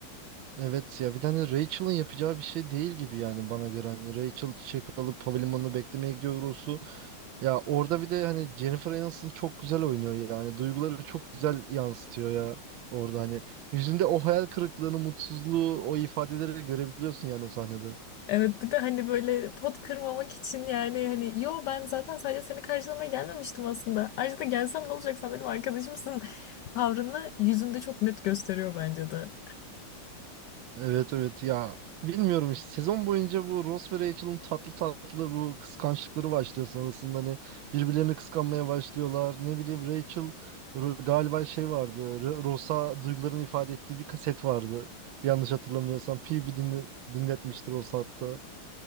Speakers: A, on the right; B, on the left.
A: Evet ya bir tane Rachel'ın yapacağı bir şey değil gibi yani bana göre hani Rachel çiçek alıp havalimanına beklemeye gidiyor Ross'u. Ya orada bir de hani Jennifer Aniston çok güzel oynuyor yani duyguları çok güzel yansıtıyor ya. Orada hani yüzünde o hayal kırıklığını, mutsuzluğu, o ifadeleri görebiliyorsun yani o sahnede.
B: Evet bir de hani böyle pot kırmamak için yani hani yo ben zaten sadece seni karşılamaya gelmemiştim aslında. Ayrıca da gelsem ne olacak sen benim arkadaşımsın tavrını yüzünde çok net gösteriyor bence de.
A: Evet evet ya bilmiyorum işte sezon boyunca bu Ross ve Rachel'ın tatlı tatlı bu kıskançlıkları başlıyor sonrasında hani birbirlerini kıskanmaya başlıyorlar ne bileyim Rachel r- galiba şey vardı R- Ross'a duygularını ifade ettiği bir kaset vardı yanlış hatırlamıyorsam Phoebe dinle dinletmiştir Ross'a hatta